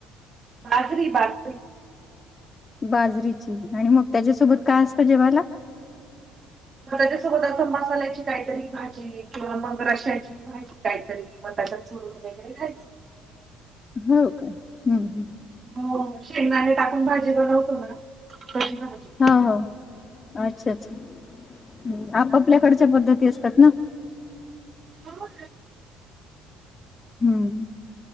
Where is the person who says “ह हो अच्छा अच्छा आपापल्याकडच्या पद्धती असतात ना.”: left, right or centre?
Left